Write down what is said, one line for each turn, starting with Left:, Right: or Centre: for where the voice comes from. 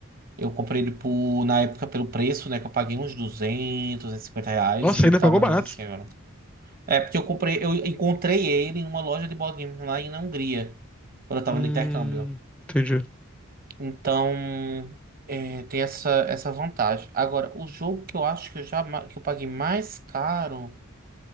Right: Eu comprei ele por, na época pelo preço, né? Que eu paguei uns duzentos, duzentos e cinquenta reais
Centre: Nossa,
Right: e
Centre: ainda
Right: ele tá
Centre: pagou
Right: mais
Centre: barato.
Right: ou menos assim agora. É, porque eu comprei, eu encontrei ele numa loja de board games lá na Hungria, quando eu
Centre: Hum,
Right: tava no intercâmbio.
Centre: entendi.
Right: Então, é, tem essa, essa vantagem. Agora, o jogo que eu acho que eu já ma- que eu paguei mais caro,